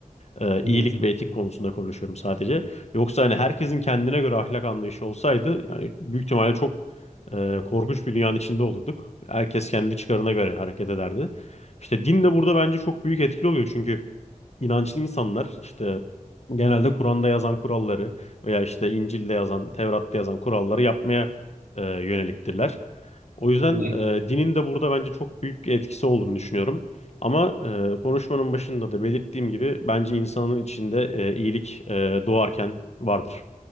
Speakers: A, on the left (about 55°); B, on the right (about 85°).
A: Ee,
B: hı,
A: iyilik ve etik konusunda konuşuyorum sadece. Yoksa hani herkesin kendine göre ahlak anlayışı olsaydı yani büyük ihtimalle çok e, korkunç bir dünyanın içinde olurduk. Herkes kendi çıkarına göre hareket ederdi. İşte din de burada bence çok büyük etkili oluyor çünkü İnançlı insanlar işte genelde Kur'an'da yazan kuralları veya işte İncil'de yazan, Tevrat'ta yazan kuralları yapmaya e, yöneliktirler. O yüzden
B: hı hı.
A: e, dinin de burada bence çok büyük bir etkisi olduğunu düşünüyorum. Ama e, konuşmanın başında da belirttiğim gibi bence insanın içinde e, iyilik e, doğarken vardır.